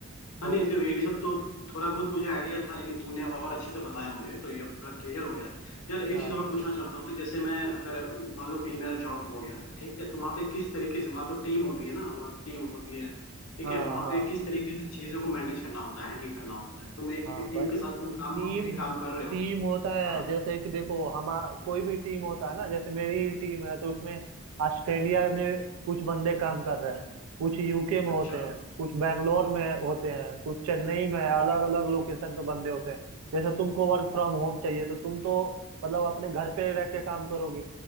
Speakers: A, on the right (about 80°); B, on the left (about 75°).
A: तो
B: हाँ नहीं जो ये सब तो थोड़ा बहुत मुझे आइडिया था लेकिन तुमने और अच्छे से बताया मुझे तो ये अब थोड़ा क्लियर हो गया यार एक
A: हाँ।
B: चीज़ और पूछना चाहता हूँ मैं जैसे मैं अगर मान लो कहीं मेरा जॉब हो गया ठीक है तो वहाँ पे किस तरीके से वहाँ तो टीम होती है ना वहाँ टीम होती है ठीक
A: हाँ
B: है वहाँ
A: हाँ
B: पे किस तरीके से चीज़ों को मैनेज करना होता है हैंडल करना होता है तुम एक
A: हाँ
B: एक
A: भाई
B: टीम के साथ तुम काम
A: टीम
B: ऑलरेडी काम कर रहे हो
A: टीम होता है
B: हाँ
A: जैसे कि देखो हम कोई भी टीम होता है ना जैसे मेरी ही टीम है तो उसमें ऑस्ट्रेलिया में कुछ बंदे काम कर रहे हैं कुछ यूके में
B: अच्छा
A: होते हैं कुछ बैंगलोर में होते हैं कुछ चेन्नई में अलग अलग लोकेशन पे बंदे होते हैं जैसे तुमको वर्क फ्रॉम होम चाहिए तो तुम तो मतलब अपने घर पे रह के काम करोगे